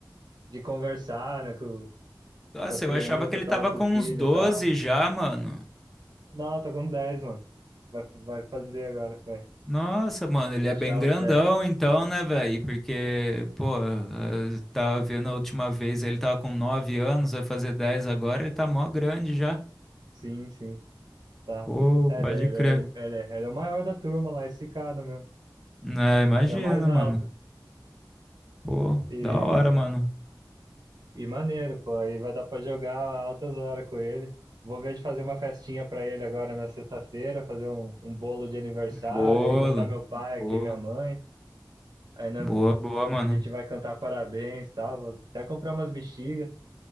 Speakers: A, on the right; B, in the centre.
A: de conversar, né, com,
B: Nossa,
A: com a criança
B: eu achava que ele
A: tal,
B: tava
A: com
B: com
A: o filho
B: uns 12
A: tal.
B: já, mano.
A: Não, tá com 10 mano. Vai, vai fazer agora, vai
B: Nossa, mano, ele
A: fechar
B: é bem grandão
A: os 10.
B: então, né, velho? Porque, pô, eu tava vendo a última vez, ele tava com 9 anos, vai fazer 10 agora, ele tá mó grande já.
A: Sim, sim. Tá?
B: Pô,
A: É,
B: pode
A: ele, ele,
B: crer.
A: ele, ele, ele é o maior da turma lá, esse cara, meu.
B: Né, imagina,
A: Ele é o mais alto.
B: mano. Pô,
A: E,
B: da hora, mano.
A: e maneiro, pô. Aí vai dar pra jogar altas horas com ele. Vou ver de fazer uma festinha pra ele agora na sexta-feira, fazer um, um bolo de aniversário.
B: Bolo.
A: Aí vai estar meu pai aqui,
B: Boa,
A: minha mãe. Aí né,
B: boa, boa, mano.
A: a gente vai cantar parabéns e tal. Vou até comprar umas bexigas.